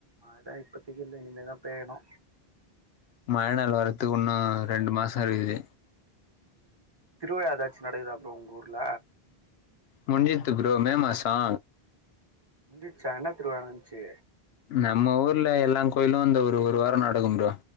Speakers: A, on the right; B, on the left.
A: அட இப்பத்தைக்கி இல்ல இனிமேதா பேயணு
B: மழநாள் வரதுக்கு இன்னு ரெண்டு மாசோ இருக்குது
A: உம் திருவிழா எதாச்சி நடக்குதா ப்ரோ உங்க ஊர்ல
B: முட்ஞ்சித்து ப்ரோ மேமாசோ
A: முஞ்சிட்சா என்ன திருவிழா நடஞ்சு
B: நம்ம ஊர்ல எல்லா கோயிலு அந்த ஒரு ஒரு வாரோ நடக்கும் ப்ரோ